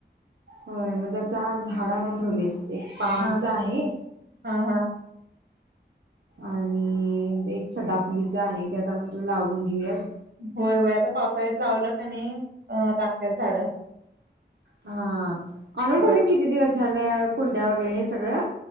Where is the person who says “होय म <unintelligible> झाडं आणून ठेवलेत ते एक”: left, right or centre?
Right